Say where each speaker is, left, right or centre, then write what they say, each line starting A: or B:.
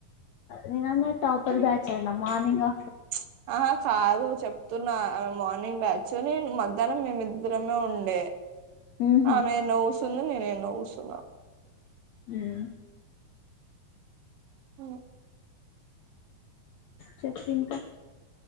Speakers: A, on the left (about 80°); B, on the right (about 70°).
A: నేనన్న టాపర్ బ్యాచ్ అన్నా, మార్నింగ్ గా.
B: ప్చ్ అహ కాదు చెప్తున్నా, ఆమె మార్నింగ్ బ్యాచు, నేను మధ్యాహ్నం మేమిద్ ఇద్దరమే ఉండే,
A: ఉహు
B: ఆమె ఎన్నో కూసింది, నేను ఎన్నో కూసున్న
A: ఉమ్
B: ఆ
A: చెప్పు ఇంకా